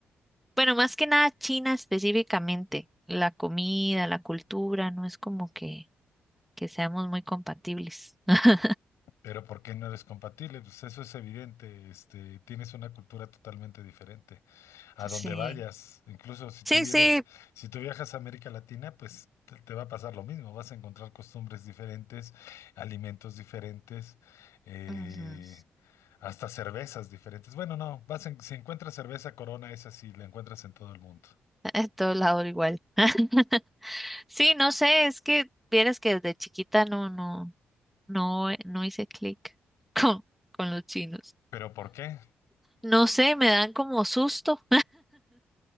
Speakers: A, in the centre; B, on the left.
A: Bueno, más que nada China específicamente. La comida, la cultura, no es como que que seamos muy compatibles. <laughs>
B: Pero ¿por qué no eres compatible? Pues eso es evidente, este, tienes una cultura totalmente diferente. a
A: Sí,
B: donde vayas. Incluso si
A: sí,
B: tú vienes,
A: sí.
B: si tú viajas a América Latina, pues te, te va a pasar lo mismo. Vas a encontrar costumbres diferentes, alimentos diferentes, eh,
A: ujú. <laughs>
B: hasta cervezas diferentes. Bueno, no, vas en- si encuentras cerveza Corona, esa sí la encuentras en todo el mundo.
A: En todo lado igual. <laughs> Sí, no sé, es que vieras que desde chiquita no, no, no, eh, no hice clic <laughs> con, con los chinos.
B: ¿Pero por qué?
A: No sé, me dan como susto.